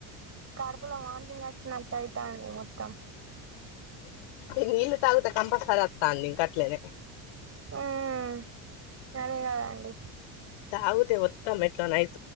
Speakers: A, on the right; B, on the left.
A: కడపలో వాంతింగ్ వచ్చినట్టు అయితడి మొత్తం
B: ఇన్ ఇల్లు తాగుతే కంపల్సరి అతా నిన్ కట్లనే
A: ఉహూ అదే కాదండి
B: తాగుదే ఒత్తం మేంట్లోడ్ని అవ్త